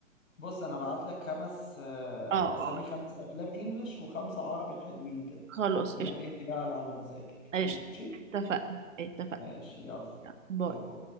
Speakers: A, on the left; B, on the right.
A: بص انا بعت لك خمس آه،
B: اه
A: اسامي
B: اه
A: خمس افلام انجلش وخمسه عربي حلوين كده
B: خلاص
A: ونقي انت بقى اللي على مزاجك
B: قشطة
A: ماشي
B: اتفقنا اتفقنا
A: ماشي يلا
B: باي
A: باي باي